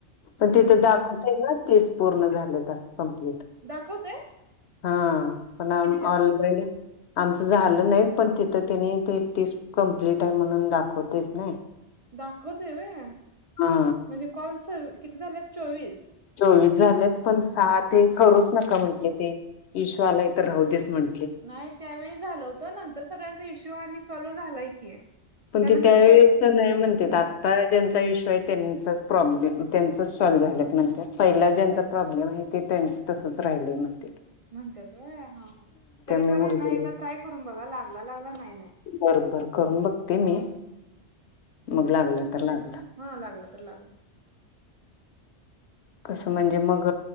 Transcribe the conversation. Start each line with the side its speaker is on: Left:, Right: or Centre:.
Left: पण तिथे दाखवतंय ना तीस पूर्ण झालंत
Right: ते
Left: कंप्लीट
Right: दाखवतय
Left: हा पण
Right: किती दा
Left: ऑलरेडी आमचं झालं नाहीत पण तिथं त्यांनी ते तीस कम्प्लीट आहे म्हणून दाखवतयचं नाही
Right: दाखवतंय व्हय
Left: हा
Right: म्हणजे कॉल किती झालेत चोवीस
Left: चोवीस झाल्यात पण सहा ते करूच नका म्हटले ते इशु आलाय तर राहुदेच म्हण
Right: नाही त्यावेळी झालं होतं नंतर सगळ्यांचा इश्यू आणि सॉल्व झालाय की
Left: पण
Right: त्यानंतर
Left: ते त्यावेळेसच
Right: केल
Left: नाही म्हणतेत
Right: हा
Left: आ. ज्यांचा इश्यू आहे त्यांचा प्रॉब्लेम त्यांचा सॉल्व झाल्या नंतर पहिला ज्यांचा प्रॉब्लेम आहे. ते त्यांचे तसंच राहिले म्हणतेात.
Right: म्हणतातय ह तरी
Left: मी
Right: पण
Left: मुलगी
Right: आहे ना एकदा ट्राय करून बघा लागला लागला नाही नाही.
Left: बरोबर करून बघते मी
Right: हा
Left: मग लागलं तर लागलं.
Right: हा लागलं तर लागलं.
Left: कसं म्हणजे मग